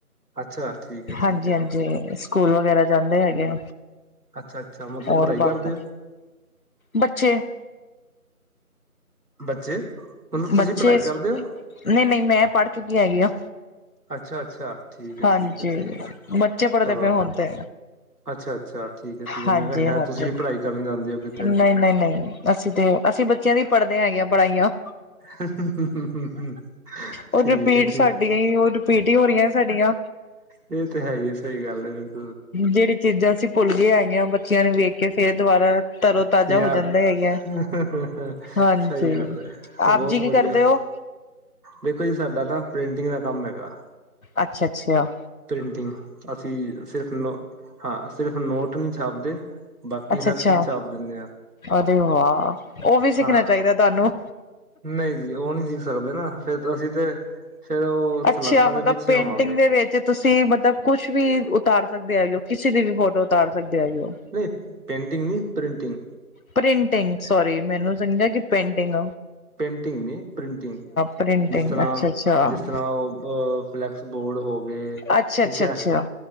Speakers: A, on the right; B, on the left.
A: ਅੱਛਾ ਠੀਕ ਹੈ
B: ਹਾਂਜੀ
A: ਠੀਕ ਹੈ
B: -ਹਾਂਜੀ, ਸਕੂਲ ਵਗੈਰਾ ਜਾਂਦੇ ਹੈਗੇ
A: ਅੱਛਾ- ਅੱਛਾ। ਮਤਲਬ
B: ਹੋਰ
A: ਪੜ੍ਹਾਈ
B: ਬਾਕੀ
A: ਕਰਦੇ ਹੋ
B: ਬੱਚੇ
A: ਬੱਚੇ। ਤੁਸੀਂ
B: ਬੱਚੇ
A: ਪੜ੍ਹਾਈ ਕਰਦੇ ਹੋ
B: ਨਹੀਂ- ਨਹੀਂ ਮੈਂ ਪੜ੍ਹ ਚੁੱਕੀ ਹੈਗੀ ਆਂ।
A: ਅੱਛਾ ਅੱਛਾ ਠੀਕ ਹੈ
B: ਹਾਂਜੀ
A: ਠੀਕ ਹੈ ਠੀਕ ਹੈ
B: ਬੱਚੇ ਪੜ੍ਹਦੇ
A: ਚਲੋ
B: ਪਏ ਹੁਣ ਤੇ।
A: ਅੱਛਾ ਅੱਛਾ ਠੀਕ ਹੈ ਠੀਕ ਹੈ
B: ਹਾਂਜੀ-
A: ਮੈਂ ਕਿਹਾ ਸ਼ਾਇਦ
B: ਹਾਂਜੀ,
A: ਤੁਸੀਂ ਵੀ ਪੜ੍ਹਾਈ ਕਰਨ ਜਾਂਦੇ ਹੋ ਕਿਤੇ
B: ਨਹੀਂ- ਨਹੀਂ -ਨਹੀਂ, ਅਸੀਂ ਤੇ ਅਸੀਂ ਬਸ ਬੱਚਿਆਂ ਦੀ ਪੜ੍ਹਦੇਆਂ ਹੈਗੀਆਂ ਪੜ੍ਹਾਈਆਂ।
A: ਹੂ
B: ਉਹ
A: ਠੀਕ
B: ਰਿਪੀਟ
A: ਹੈ, ਠੀਕ।
B: ਸਾਡੀਆਂ ਹੀ ਉਹ ਰਿਪੀਟ ਹੀ ਹੋ ਰਹੀਆਂ ਸਾਡੀਆਂ
A: ਇਹ ਤੇ ਹੈ ਹੀ ਏ, ਸਹੀ ਗੱਲ ਹੈ ਫਿਰ
B: ਜਿਹੜੀ ਚੀਜ਼ਾਂ ਅਸੀਂ ਭੁੱਲ ਗਏ ਹੈਗੇ ਐ, ਬੱਚੀਆਂ ਨੂੰ ਵੇਖ ਕੇ ਫੇਰ ਦੁਬਾਰਾ ਤਰੋ ਤਾਜ਼ਾ
A: ਯਾਰ
B: ਹੋ ਜਾਂਦਾ ਹੈਗਾ।
A: ਸਹੀ
B: ਹਾਂਜੀ,
A: ਗੱਲ ਹੈ।
B: ਆਪ
A: ਬਹੁਤ
B: ਜੀ ਕੀ
A: ਵਧੀਆ,
B: ਕਰਦੇ ਹੋ?
A: ਦੇਖੋ ਜੀ ਸਾਡਾ ਨਾ ਪ੍ਰਿੰਟਿੰਗ ਦਾ ਕੰਮ ਹੈਗਾ।
B: ਅੱਛਾ- ਅੱਛਾ।
A: ਪ੍ਰਿੰਟਿੰਗ ਅਸੀਂ ਸਿਰਫ ਹਾਂ ਸਿਰਫ ਨੋਟ ਨਹੀਂ ਛਾਪਦੇ। ਬਾਕੀ
B: ਅੱਛਾ-
A: ਹਰ
B: ਅੱਛਾ,
A: ਚੀਜ਼ ਛਾਪ ਦਿੰਦੇ ਹਾਂ
B: ਅਰੇ ਵਾਹ, ਉਹ ਵੀ ਸਿੱਖਣਾ
A: ਹਾਂ
B: ਚਾਹੀਦਾ ਤੁਹਾਨੂੰ।
A: ਨਹੀਂ ਜੀ ਉਹ ਨਹੀਂ ਸਿੱਖ ਸਕਦੇ ਨਾ, ਫੇਰ ਅਸੀਂ ਤੇ, ਫੇਰ ਉਹ
B: ਅੱਛਾ
A: ਸਲਾਖਾਂ
B: ਮਤਲਬ
A: ਦੇ ਪਿੱਛੇ
B: ਪੇਂਟਿੰਗ
A: ਹੋਵਾਂਗੇ।
B: ਦੇ ਵਿੱਚ ਤੁਸੀਂ ਮਤਲਬ ਕੁਛ ਵੀ ਉਤਾਰ ਸਕਦੇ ਹੇਗੈ ਹੋ, ਕਿਸੇ ਦੀ ਵੀ ਫੋਟੋ ਉਤਾਰ ਸਕਦੇ ਆ ਹੋ
A: ਨਹੀਂ ਪੇਟਿੰਗ ਨਹੀਂ ਪ੍ਰਿੰਟੀਗ
B: ਪ੍ਰਿੰਟਿੰਗ ਸੋਰੀ, ਮੈਨੂੰ ਸਮਝਿਆ ਕਿ ਪੇਟਿੰਗ
A: ਪੇਟਿੰਗ ਨੀ ਪ੍ਰਿੰਟਿੰਗ,
B: ਪ੍ਰਿੰਟਿੰਗ
A: ਜਿਸ ਤਰ੍ਹਾਂ
B: ਅੱਛਾ-ਅੱਛਾ,
A: ਜਿਸ ਤਰ੍ਹਾਂ ਉਹ ਫਲੈਕਸ ਬੋਰਡ ਹੋ ਗਏ
B: ਅੱਛਾ-ਅੱਛਾ,
A: ਠੀਕ ਹੈ,